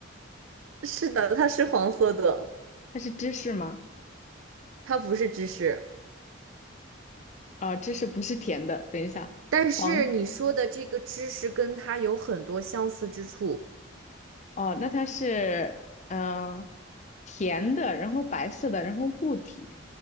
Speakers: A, on the right; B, on the left.
A: 是的，它是黄色的，
B: 它是芝士吗？
A: 它不是芝士。
B: 啊、芝士不是甜的。等一下，
A: 但是你说的这个知识跟它有很多相似之处，
B: 黄哦，那它是嗯、呃甜的，然后白色的，然后固体。